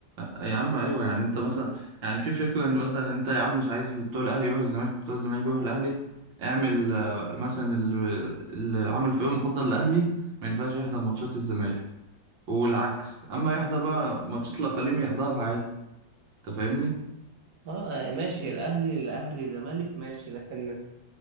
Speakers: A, on the right; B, on the right.
A: يا عم ايوه يعني انت مثلا يعني في فكره ان مثلا انت يا عم مش عايز بتوع الاهلي يروحوا الزمالك بتوع الزمالك يروحوا الاهلي اعمل آه، مثلا ال- اللي عامل فريق مفضل الاهلي ما ينفعش يحضر ماتشات الزمالك والعكس اما يحضر بقى ماتشات الاقاليم يحضرها عادي انت فاهمني
B: اه آه، ماشي الاهلي الاهلي زمالك ماشي لكن